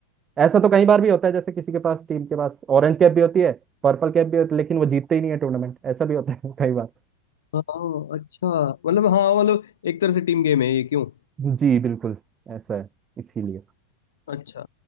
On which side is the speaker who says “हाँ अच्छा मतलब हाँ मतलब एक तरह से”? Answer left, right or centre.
Left